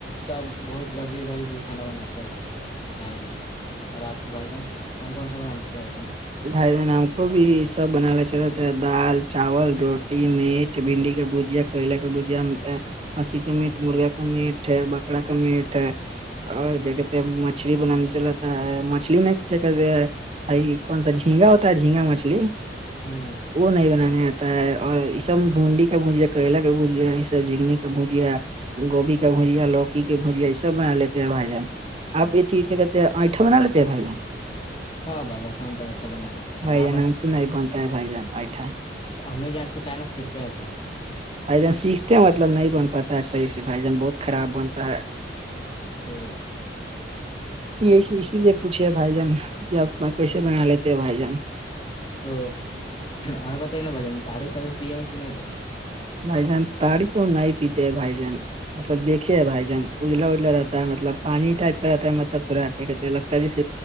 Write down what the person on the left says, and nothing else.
سب بہت لذیذ لذیذ بھی کھانا بناتے ہیں بھائی جن کیا ہی بتائے اور آپ کو بھائی جان کون کون سا بنا لیتے ہیں بھ جن
ہوں
ہاں بھائین ہم توٹٹھا بنا دیتے اور
آپ
ا ہممی جن سے کائی نہا سیککتے ہے بھائیان
تو
ا اور بتائیے نا بھائین تڑے کبھی پے ہیں کہ نہیں بھ